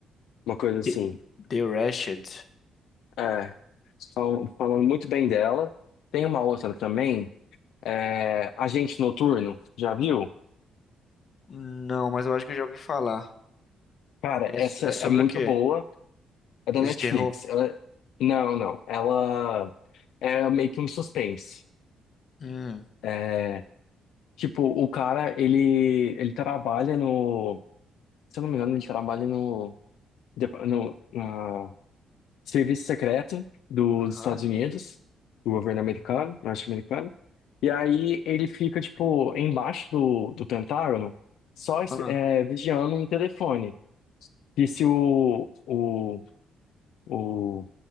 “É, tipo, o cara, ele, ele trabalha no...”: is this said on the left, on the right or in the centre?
Left